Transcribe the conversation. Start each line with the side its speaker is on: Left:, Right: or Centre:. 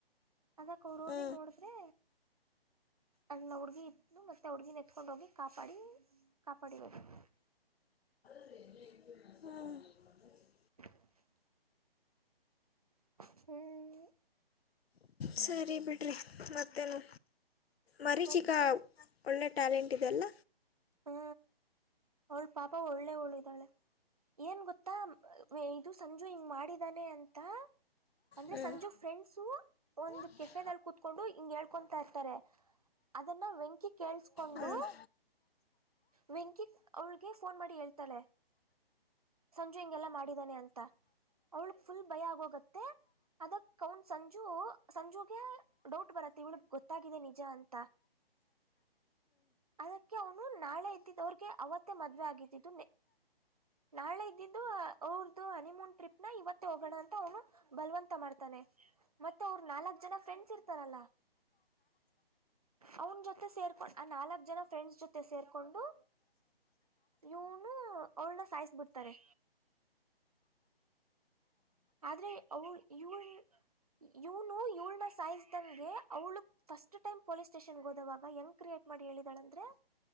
Right: ಅದಕ್ಕೆ ಅವ್ರು ಹೋಗಿ
Left: ಹ್ಞೂ
Right: ನೋಡಿದ್ರೆ ಅನ್ನ ಹುಡ್ಗಿ ಇದ್ಲು ಮತ್ತೆ ಹುಡ್ಗಿ ನೆತ್ಕೊಂಡ ಹೋಗಿ ಕಾಪಾಡಿ ಕಾಪಾಡಿವದು ಹ್ಮ
Left: ಹ್ಮ
Right: <inaudible> ಹ್ಮ್
Left: ಸರಿ ಬಿಡ್ರಿ ಮತ್ತೇನು ಮರಚಿಕ್ಕ
Right: ಮತ್ತೆ
Left: ಒಳ್ಳೆ ಟ್ಯಾಲೆಂಟ್ ಇದೆಲ್ಲ
Right: ಹಾ ಅವಳ ಪಾಪ ಒಳ್ಳೆವಳ ಇದ್ದಾಳೆ ಏನ್ ಗೊತ್ತಾ ಇದು ಸಂಜು ಹಿಂಗ ಮಾಡಿದಾನೆ ಅಂತ ಅಂದ್ರೆ
Left: ಹ್ಞೂ
Right: ಸಂಜು ಫ್ರೆಂಡ್ಸು ಒಂದು
Left: ಹ್ಞೂ
Right: ಕೆಫೆ ನಲ್ಲಿ ಕೊತ್ಕೊಂಡು ಹಿಂಗ್ ಹೇಳ್ಕೊಂತಾ ಇರ್ತಾರೆ ಅದನ್ನ ವೆಂಕಿ ಕೇಳಸ್ಕೊಂಡು
Left: ಹ್ಞೂ ಹ್ಞೂ ಹ್ಞೂ
Right: ವೆಂಕಿ ಅವಳಿಗೆ ಫೋನ್ ಮಾಡಿ ಹೇಳ್ತಾಳೆ ಸಂಜು ಹಿಂಗೆಲ್ಲಾ ಮಾಡಿದಾನೆ ಅಂತ ಅವಳಗ್ ಫುಲ್ ಭಯ ಆಗೋಗತ್ತೆ ಅದಕ್ ಅವನ್ ಸಂಜು ಸಂಜುಗೆ ಡೌಟ್ ಬರುತ್ತೆ ಇವಳಗ್ ಗೊತ್ತಾಗಿದೆ ನಿಜ ಅಂತ ಅದಕ್ಕೆ ಅವನ ನಾಳೆ ಇದ್ದಿದ್ದವಿಗೆ ಅವತ್ತೆ ಮದ್ವೇ ಆಗಿದ್ದು ನಾಳೆ ಇದು ಅವ್ರ್ದ ಹನಿಮೂನ್ ಟ್ರಿಪ್ ನ ಇವತ್ತ ಹೋಗೋಣ ಅಂತ ಅವನು ಬಲವಂತ ಮಾಡ್ತಾನೆ ಮತ್ತೆ ಅವ್ರ ನಾಲ್ಕ್ ಜನ ಫ್ರೆಂಡ್ಸ್ ಇರ್ತಾರಲ್ಲ ಅವನ್ ಜೊತೆ ಸೇರ್ಕೊಂಡ್ ಆ ನಾಲ್ಕ್ ಜನ ಫ್ರೆಂಡ್ಸ್ ಜೊತೆ ಸೇರ್ಕೊಂಡು ಇವನು ಅವಳನ ಸಾಯಸ್ಬಿಡ್ತಾರೆ ಆದ್ರೆ ಅವವು ಇವರು ಇವ್ನು ಇವಳನ ಸೈಜ್ ದನ್ಗೆ ಅವ್ಳು ಫಸ್ಟ್ ಟೈಮ್ ಪೊಲೀಸ್ ಸ್ಟೇಷನ್ಗೆ ಹೋದವಾಗ ಎಂಗ ಕ್ರಿಯೇಟ್ ಮಾಡಿ ಹೇಳಿದಾಳಂದ್ರೆ